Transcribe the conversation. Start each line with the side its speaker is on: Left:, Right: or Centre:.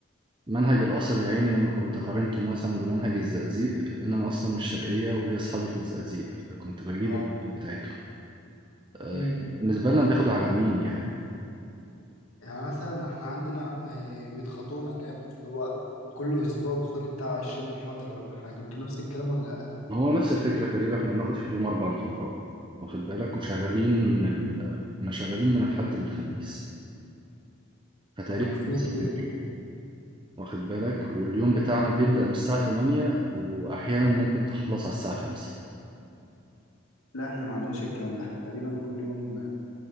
Right: منهج القصر العيني لما كنت قارنته مثلا بمنهج الزقازيق لأن أنا أصلا مش شرقية وليا أصحابي في الزقازيق فكنت بجيب
Left: اه
Right: بتاعته آه،
Left: امم
Right: بالنسبة لنا بياخدوا عناوين يعني
Left: يعني مثلا احنا عندنا آه، بيضغطونا جامد اللي هو كل اسبوع باخد لي بتاع 20 محاضره ولا حاجه انتوا نفس الكلام ولا
Right: هو نفس الفكرة تقريبا إحنا بناخد في اليوم أربع محاضرات واخد بالك وشغالين من ال كنا شغالين من الحد للخميس فتقريبا
Left: لما كتير
Right: نفس الفكرة
Left: كده
Right: واخد بالك واليوم بتاعنا بيبدأ من الساعة 8 وأحيانا ممكن تخلص على الساعة 5
Left: لا احنا ما عندناش الكلام ده احنا تقريبا كل يوم